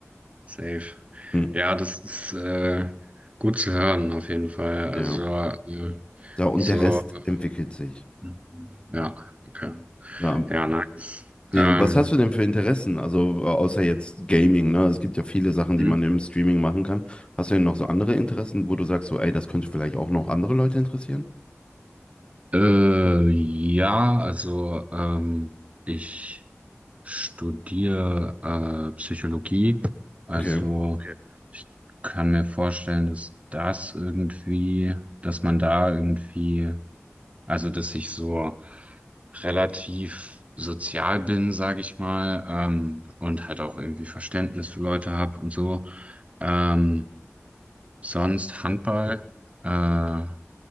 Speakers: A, on the right; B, on the left.
A: safe.
B: Hm,
A: Ja, das ist äh, gut zu hören auf jeden Fall. Also
B: ja.
A: äh,
B: Ja, und
A: so.
B: der Rest
A: äh,
B: entwickelt sich.
A: Mhm. Ja, okay.
B: Ja,
A: Ja, nice.
B: Ja,
A: Ähm,
B: was hast du denn für Interessen? Also äh, außer jetzt Gaming, ne? Es gibt ja viele Sachen, die
A: hm?
B: man im Streaming machen kann. Hast du denn noch so andere Interessen, wo du sagst, so, ey, das könnte vielleicht auch noch andere Leute interessieren?
A: Äh, ja, also ähm, ich studiere äh, Psychologie. Also
B: Okay.
A: Okay. ich kann mir vorstellen, dass das irgendwie, dass man da irgendwie, also dass ich so relativ sozial bin, sage ich mal, ähm, und halt auch irgendwie Verständnis für Leute habe und so. Ähm, Sonst Handball, äh,